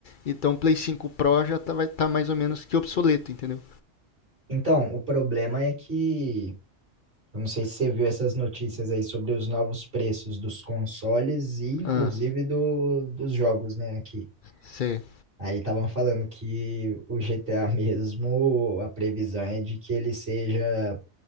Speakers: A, on the left; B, on the right.
A: Então o Play 5 Pro já tá, vai tá mais ou menos que obsoleto, entendeu?
B: Então, o problema é que eu não sei se você viu essas notícias aí sobre os novos preços dos consoles e inclusive
A: Ah,
B: do, dos jogos, né, aqui.
A: sei.
B: Aí estavam falando que o GTA <laughs> mesmo, a previsão é de que ele seja